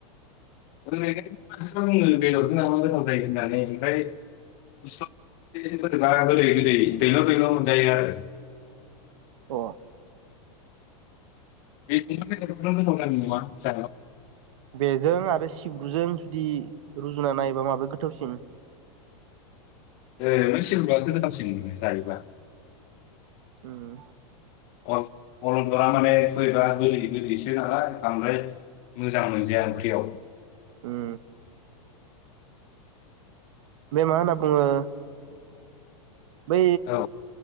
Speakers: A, on the left; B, on the right.
A: ओरैनो मानसिफ्रा बुङो बेदरजों जाबा मोजां जायो होननानै ओमफ्राय <inaudible> बोरैबा गोदै गोदै दैल' दैल' मोनजायो आरो
B: अ
A: <inaudible> जानायाव
B: बेजों आरो सिब्रुजों जुदि रुजुना नायोबा माबे गोथावसिन
A: ओरैनो सिब्रुआसो गोथावसिन जायोबा
B: उम
A: अल अलदरा माने बोरैबा गोदै गोदैसो नालाय बांद्राय मोजां मोनजाया ओंख्रियाव
B: उम बे मा होनना बुंङो बै
A: औ